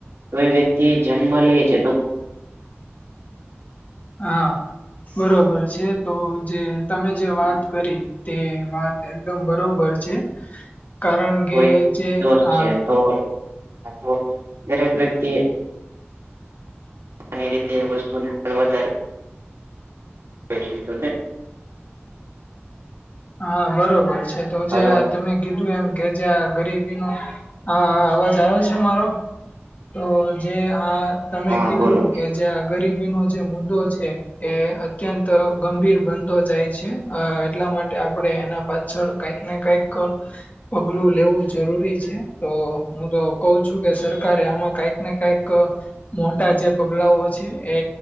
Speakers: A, on the right (about 80°); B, on the left (about 35°).
A: કોઈ વ્યક્તિ જન્મ લે છે તો
B: હા બરોબર છે તો જે તમે જે વાત કરી તે વાત એકદમ બરોબર છે કારણ કે
A: કોઈ
B: જે
A: દોષ
B: આ
A: છે તો તો દરેક વ્યક્તિ આ રીતે એ વસ્તુને આગળ વધારે પ <inaudible>
B: હા બરોબર છે તો
A: હલો
B: જે તમે કીધું એમ કે જે આ ગરીબી ન આ અવાજ આવે છે મારો. તો જે આ તમે
A: હા
B: કીધું
A: બોલો
B: કે જે ગરીબીનો જે મુદ્દો છે એ અત્યંત ગંભીર બનતો જાય છે એટલા માટે આપડે એના પાછળ કઈક ને કઈક પગલું લેવું જરૂરી છે તો હું તો કહઉ છું કે સરકારે આમાં કઈક ને કઈક મોટા જે પગલાઓ છે એ